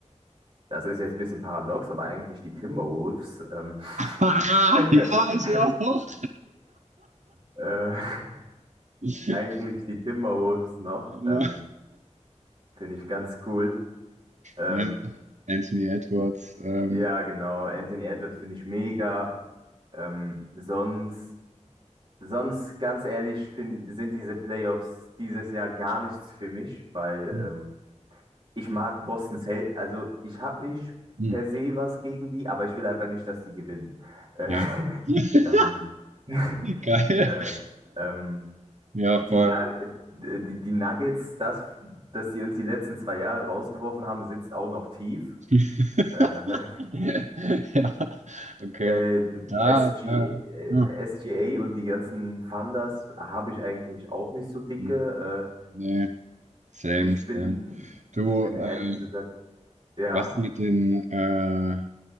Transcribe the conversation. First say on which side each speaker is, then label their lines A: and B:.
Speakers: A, on the right; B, on the right.
A: Das ist jetzt ein bisschen paradox, aber eigentlich die Timberwolves, ähm,
B: Ah,
A: <laughs>
B: ja, ich will auch.
A: äh,
B: <laughs>
A: eigentlich die Timberwolves noch,
B: Ja.
A: ähm, finde ich ganz cool. Ähm,
B: Ja, Anthony Edwards. Ähm.
A: ja, genau, Anthony Edwards finde ich mega. Ähm, sonst, sonst, ganz ehrlich, find, sind diese Playoffs dieses Jahr gar nichts für mich, weil
B: Hm,
A: ähm, Ich mag Boston Celtics, also ich habe nicht
B: hm,
A: per se was gegen die, aber ich will einfach nicht, dass die gewinnen. Äh,
B: Ja,
A: <laughs>
B: <laughs>
A: ähm, <laughs>
B: geil.
A: äh, ähm,
B: Ja,
A: die,
B: voll.
A: Nug- äh, die, die Nuggets, das, dass sie uns die letzten zwei Jahre rausgeworfen haben, sitzt auch noch tief.
B: <laughs>
A: Äh,
B: Ja,
A: <laughs>
B: okay.
A: äh,
B: Da,
A: SG,
B: äh,
A: äh,
B: hm,
A: SGA und die ganzen Funders habe ich eigentlich auch nicht so dicke.
B: hm, nee. Same,
A: Äh, ich
B: same.
A: bin,
B: Du,
A: ich bin
B: ähm,
A: ehrlich gesagt, ja,
B: was mit den äh,